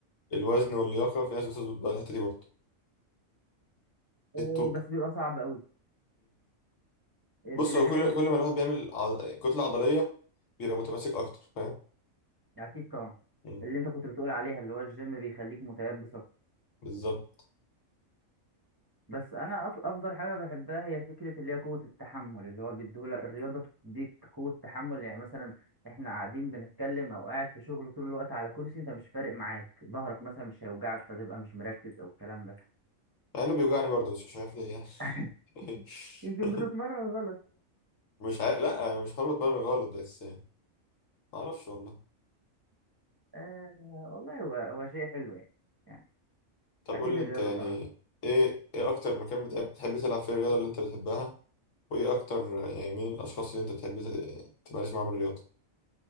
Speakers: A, on the left; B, on the right.
A: الوزن واللياقه في ناس بتظبط بقى الحته دي برضو
B: أه،
A: الطول
B: بس بيبقى صعب قوي ال-
A: بص
B: الى
A: هو
B: جانب
A: كل
B: اللي-
A: كل ما الواحد بيعمل عض... كتلة عضلية بيبقى متماسك أكتر فاهم
B: اكيد طبعا
A: مم،
B: اللي انت كنت بتقول عليها اللي هو الجيم بيخليك متيبس
A: بالظبط
B: بس انا أف- افضل حاجه بحبها هي فكره اللي هي قوه التحمل اللي هو بيديهولك الرياضه بتديك قوه تحمل يعني مثلا احنا قاعدين بنتكلم او قاعد في شغل طول الوقت على كرسي انت مش فارق معاك ظهرك مثلا مش هيوجعك فتبقى مش مركز او الكلام ده
A: أنا بيوجعني برضه بس مش عارف ليه يعني
B: <laughs>
A: <laughs>
B: يمكن بتتمرن غلط
A: مش عارف لأ مش حابب أتمرن غلط بس معرفش والله
B: آه والله هو هو شيء حلو يعني يعني
A: طب
B: اكيد
A: قول لي
B: الرياضه
A: أنت يعني
B: طبعا
A: إيه إيه أكتر مكان بتع- بتحب تلعب فيه الرياضة اللي أنت بتحبها وإيه أكتر يعني مين الأشخاص اللي أنت بتحب ت- تمارس معاهم الرياضة؟